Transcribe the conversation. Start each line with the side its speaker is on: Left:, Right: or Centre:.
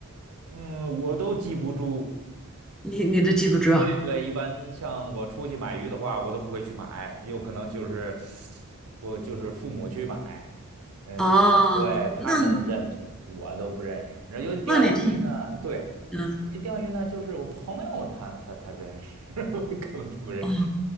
Right: 嗯，我都记不住。
Centre: 你你都记不住啊？
Right: 对对，一般像我出去买鱼的话，我都不会去买，有可能就是我就是父母去买，嗯，
Centre: 哦，
Right: 对，他们认识，
Centre: 那
Right: 我都不认识。然后就钓鱼呢，
Centre: 那你挺
Right: 对，
Centre: 嗯
Right: 钓鱼呢就是我朋友他他他认识，<laughs> 我根本就不认识。
Centre: 哦，